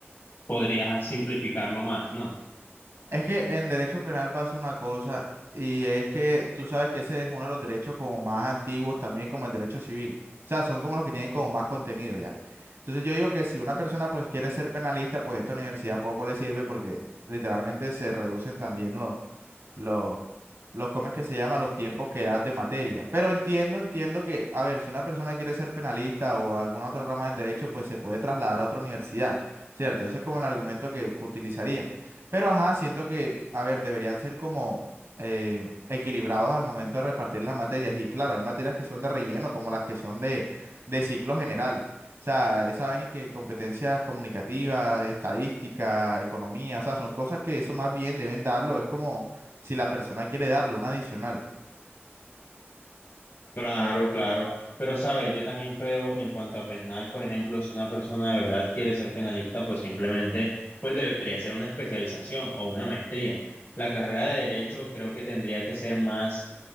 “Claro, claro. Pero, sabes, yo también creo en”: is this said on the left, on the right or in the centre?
Left